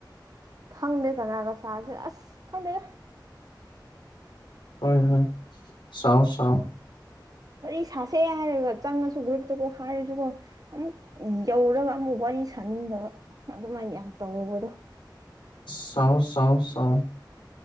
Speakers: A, on the right; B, on the left.
A: ꯈꯪꯗꯦ ꯀꯅꯥ꯭ꯔꯒ ꯁꯥꯖꯤꯔ ꯑꯁ ꯈꯪꯗꯦꯗ
B: ꯍꯣꯏ ꯍꯣꯏ ꯁꯥꯎ ꯁꯥꯎ
A: ꯋꯥꯔꯤ ꯁꯥꯁꯦ ꯍꯥꯏꯔꯒ ꯆꯪꯉꯁꯨ ꯒ꯭ꯔꯨꯞꯇꯨꯀꯣ ꯍꯥꯏꯔꯁꯨꯀꯣ ꯑꯃꯨꯛ ꯌꯧꯔꯒ ꯑꯃꯨꯛ ꯋꯥꯔꯤ ꯁꯥꯅꯤꯡꯗꯕ ꯑꯗꯨꯃꯥꯏꯅ ꯌꯥꯝ ꯇꯧꯕꯗꯣ
B: ꯁꯥꯎ ꯁꯥꯎ ꯁꯥꯎ